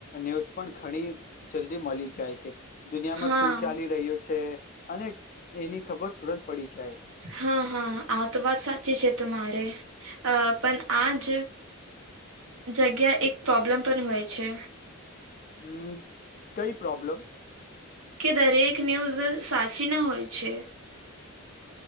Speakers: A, on the left; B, on the right.
A: ન્યૂઝ પણ ઘણી જલ્દી મલી જાય છે દુનિયામાં
B: હા
A: શું ચાલી રહ્યુ છે અને એની ખબર તુરત પડી જાય.
B: હા હા આ તો વાત સાચી છે તમારે અ પણ આજ જગ્યા એક પ્રોબ્લમ પણ હોય છે.
A: હમ કઈ પ્રોબ્લેમ.
B: કે દરેક ન્યૂઝ સાચી ના હોય છે.